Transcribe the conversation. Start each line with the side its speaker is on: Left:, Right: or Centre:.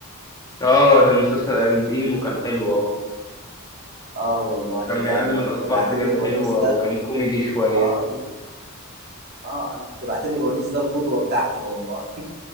Left: آه ده مسلسل قديم وكان حلو آه
Right: اه والله
Left: كان
Right: ده
Left: بيعلم
Right: انا كنت
Left: الأطفال
Right: بعتبر
Left: حاجات حلوة
Right: ونيس ده
Left: وكان كوميدي شوية
Right: اه جد اه انا كنت بعتبر ونيس ده القدوة بتاعتي والله